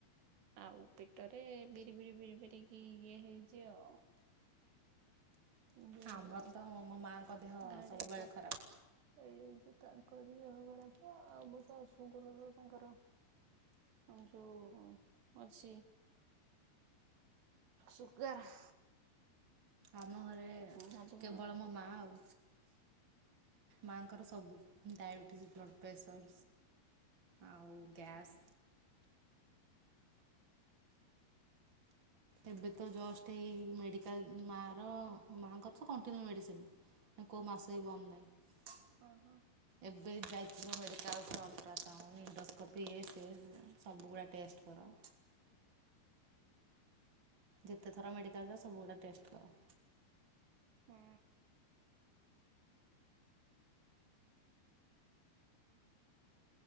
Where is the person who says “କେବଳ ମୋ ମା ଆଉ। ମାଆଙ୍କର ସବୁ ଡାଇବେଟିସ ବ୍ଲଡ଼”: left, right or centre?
Right